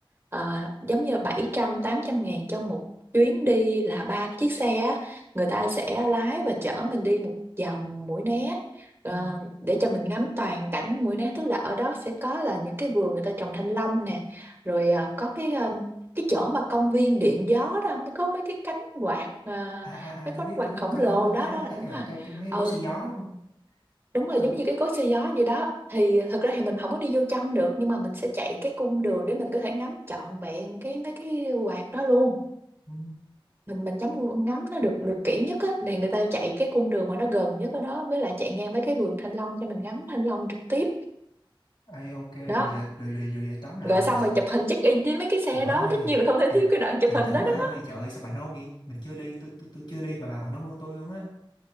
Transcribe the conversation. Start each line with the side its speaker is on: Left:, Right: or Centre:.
Right: ờ, giống như bảy trăm tám trăm ngàn cho một chuyến đi là ba chiếc xe á. người ta sẽ lái và chở mình đi một vòng Mũi Né ờ,
Left: ừ.
Right: để cho mình ngắm toàn cảnh Mũi Né tức là ở đó sẽ có là những cái vườn người ta trồng thanh long nè rồi ờ, có cái ờ, cái chỗ mà công viên điện gió đó không có mấy cái cánh quạt ờ,
Left: à à
Right: mấy
Left: à tôi
Right: cái cánh
Left: biết
Right: quạt
Left: tôi biết
Right: khổng
Left: có
Right: lồ
Left: có mấy
Right: đó
Left: có
Right: đó
Left: mấy cái
Right: đúng
Left: cái
Right: rồi
Left: cái, cái mấy
Right: ừ
Left: cối xì gió đúng không
Right: đúng rồi
Left: ừ.
Right: giống như cái cối xay gió gì đó thì thực ra thì mình không có đi vô trong được nhưng mà mình sẽ chạy cái cung đường để mình có thể ngắm trọn vẹn cái mấy cái quạt đó luôn
Left: Ừ.
Right: mình mình ngắm ngắm nó được được kỹ nhất á thì người ta chạy cái cung đường mà nó gần nhất ở đó với lại chạy ngang mấy cái vườn thanh long cho mình ngắm thanh long trực tiếp
Left: Ai, ok
Right: đó
Left: rồi giờ rồi rồi, rồi giờ tóm lại
Right: rồi
Left: là mình
Right: xong
Left: sẽ-
Right: rồi chụp hình check in với mấy cái xe
Left: rồi
Right: đó tất nhiên là không thể
Left: bình,
Right: thiếu cái đoạn chụp
Left: bình
Right: hình
Left: tĩnh
Right: đó
Left: bà
Right: đó
Left: ơi trời ơi sao bà nôn vậy mình chưa đi tôi tôi tôi chưa đi mà bà còn nôn hơn tôi luôn á